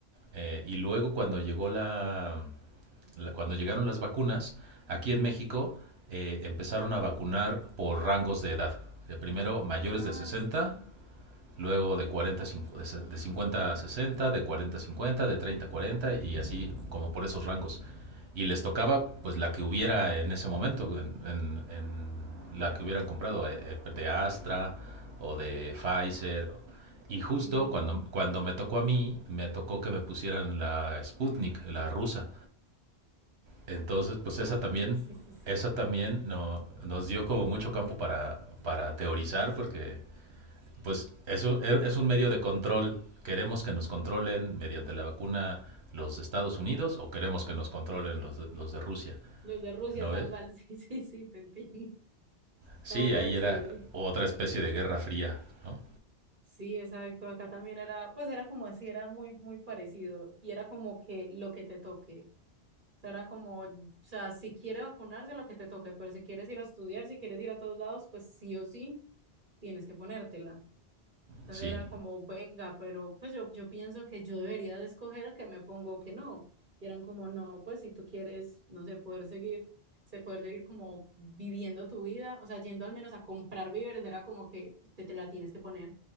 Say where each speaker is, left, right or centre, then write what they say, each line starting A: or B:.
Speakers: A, on the right (about 75°); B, on the right (about 50°).
A: Eh, y luego cuando llegó la, la- cuando llegaron las vacunas, aquí en México eh, empezaron a vacunar por rangos de edad. Eh, primero mayores
B: Ah,
A: de 60
B: sí, sí.
A: luego de 40 de 50 a 60, de 40 a 50, de 30 a 40 y así como por esos rangos. Y les tocaba pues la que hubiera en ese momento, en, en, en la que hubieran comprado eh, eh, de Astra o de Pfizer. Y justo
B: Sí,
A: cuando, cuando me tocó a mí, me tocó que me pusieran la Sputnik, la rusa. Entonces pues
B: Ah,
A: esa también,
B: sí, sí, sí.
A: esa también no, nos dio como mucho campo para, para teorizar porque pues eso es
B: sí, es verdad,
A: un medio
B: verdad.
A: de control. Queremos que nos controlen mediante la vacuna los de Estados Unidos o queremos que nos controlen los de, los de Rusia,
B: Los de Rusia,
A: ¿no
B: tal
A: ves?
B: cual, <laughs> sí, sí, sí, te entiendo.
A: Sí,
B: La verdad,
A: ahí
B: sí.
A: era otra especie de guerra fría, ¿no?
B: Sí, exacto. Acá también era, pues era como así, era muy, muy parecido. Y era como que lo que te toque. O sea, era como, o sea, si quiere vacunarse, lo que te toque, pero si quieres ir a estudiar, si quieres ir a todos lados, pues sí o sí, tienes que ponértela. Entonces
A: Sí,
B: era como, venga, pero pues yo, yo pienso que yo debería de escoger que me pongo o que no. Y eran como, no, pues si tú quieres, no sé, poder seguir, se poder seguir como viviendo tu vida, o sea, yendo al menos a comprar víveres, era como que te, te la tienes que poner.